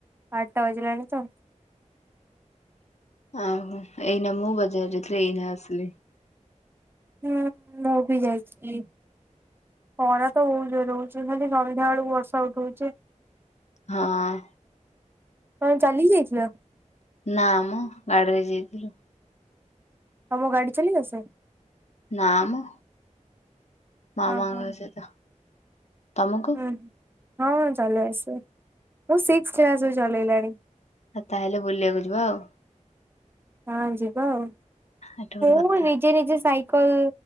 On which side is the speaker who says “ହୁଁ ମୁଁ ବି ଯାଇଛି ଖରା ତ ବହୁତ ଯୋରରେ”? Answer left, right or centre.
Right